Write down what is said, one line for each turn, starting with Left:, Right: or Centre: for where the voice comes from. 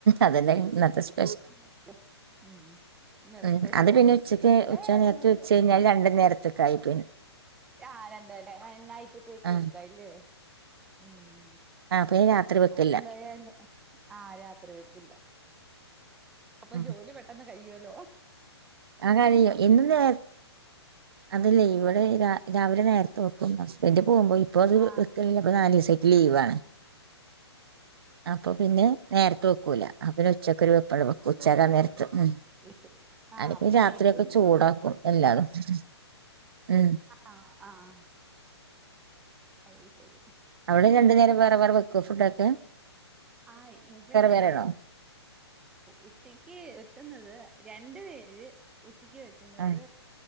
Right: അതന്നെ ഇന്നത്തെ സ്പെ
Centre: <unintelligible>
Right: ഉം അത് പിന്നെ ഉച്ചക്ക്
Centre: ഇവിടെ
Right: ഉച്ച നേരത്ത്
Centre: നമ്മള്
Right: വെച്ച് കഴിഞ്ഞാൽ രണ്ട് നേരത്തേക്കായി പിന്നെ
Centre: ആ ഞാനണ്ട്ല്ലേ രണ്ടായ്ചത്തേക്കും
Right: ആ
Centre: എടുക്കാല്ലേ ഉം
Right: ആ പിന്നെ രാത്രി വെക്കില്ല
Centre: അത്‌ എന്തായാല് ആഹ് രാത്രി വക്കില്ല അപ്പൊ
Right: ഉം
Centre: ജോലി പെട്ടെന്ന് കഴിയൂല്ലോ
Right: ആ കഴിയും ഇന്നു നേ അതല്ലേ ഇവിടെ രാ രാവിലെ നേരത്തെ വെക്കും ഹസ്ബൻഡ് പോകുമ്പോ ഇപ്പൊ അത്
Centre: ആഹ്
Right: വെക്കലില്ല ഇപ്പൊ നാല് ദിവസായിട്ട് ലീവാണ് അപ്പൊ പിന്നെ നേരത്തെ വെക്കൂല അന്നരം ഉച്ചകൊരു വെപ്പുള്ളു ഉച്ചാകാൻ
Centre: നേരത്തെ
Right: നേരത്ത് ഉമ്
Centre: വിളിച്ചത് ആഹ്
Right: അതിപ്പ
Centre: അപ്പൊ
Right: രാത്രി
Centre: വൈകിട്ടും
Right: ഒക്കെ ചൂടാക്കും എല്ലാവർക്കും മ്
Centre: ആഹ് ആഹ് അയ് ശരി
Right: അവിടെ രണ്ട് നേരം വേറെ വേറെ വെക്കും ഫുഡ് കെ
Centre: ആ ഇവിടെ
Right: വേറെയാണോ
Centre: ഉച്ചയ്ക്ക് വെക്കുന്നത് രണ്ടു പേര് ഉച്ചയ്ക്ക് വെക്കുന്നത്
Right: ആഹ്